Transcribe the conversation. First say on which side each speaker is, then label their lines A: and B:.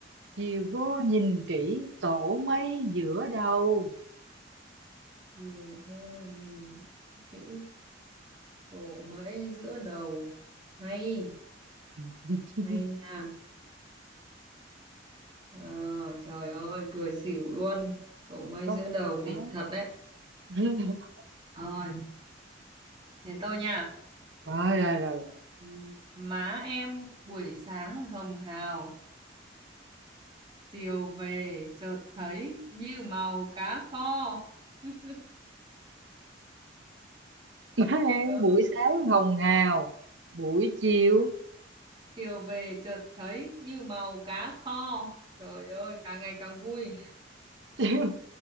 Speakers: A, on the right (about 70°); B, on the right (about 25°).
A: chiều vô nhìn kỹ tổ mây giữa đầu
B: Diều hô nhìn kỹ tổ mây giữa đầu hay
A: <laughs>
B: hay nha Ờ, trời ơi cười xỉu luôn tổ mây
A: có
B: giữa đầu đỉnh
A: đó
B: thật đấy
A: <laughs>
B: Rồi, đến tôi nha.
A: rồi rồi rồi rồi.
B: Ừm, Má em buổi sáng hồng hào, chiều về chợt thấy như màu cá kho. <laughs>
A: Má em
B: Ờ,
A: buổi sáng hồng hào buổi chiều <laughs>
B: Chiều về chợt thấy như màu cá kho. trời ơi càng ngày càng vui
A: chiều